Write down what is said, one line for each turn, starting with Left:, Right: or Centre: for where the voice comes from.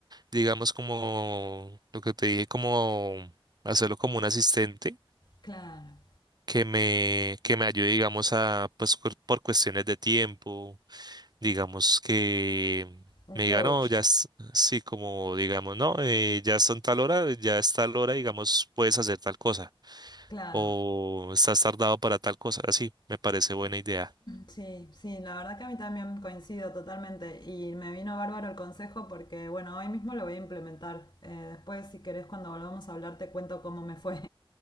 Right: digamos como lo que te dije, como hacerlo como un asistente
Left: Claro,
Right: que me, que me ayude, digamos, a, pues cu- por cuestiones de tiempo, digamos que
Left: un
Right: me
Left: coach,
Right: diga, no, ya, es- sí, como digamos, no, eh, ya son tal hora, ya es tal hora, digamos, puedes hacer tal cosa
Left: claro.
Right: o estás tardado para tal cosa, así, me parece buena idea.
Left: Sí, sí, la verdad que a mí también coincido totalmente y me vino bárbaro el consejo porque, bueno, hoy mismo lo voy a implementar. Eh, después, si querés, cuando volvamos a hablar, te cuento cómo me fue.